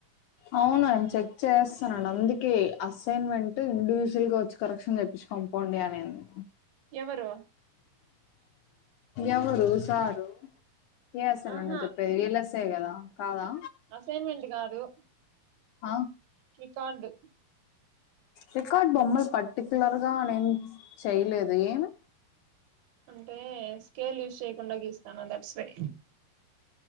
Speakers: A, on the left (about 75°); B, on the right (about 80°).
A: అవును ఆయన చెక్ చేస్తానాడు అందుకే అసైన్మెంట్ ఇండివిజువల్ గా వచ్చి కరెక్షన్ చెప్పించి కొని పొండి అనేంది
B: ఎవరు
A: ఎవరు సారు ఏ అస
B: ఆహా
A: నన్ను చెప్పే ఎలస్ తే కదా కాదా
B: అసైన్మెంట్ కాదు
A: ఆ
B: రికార్డు
A: రికార్డ్ బొమ్మలు పర్టికులర్ గా నేను చెయలేదు ఏమి
B: అంటే స్కేల్ యూస్ చేయకుండా గీస్తన్న దట్స్ వై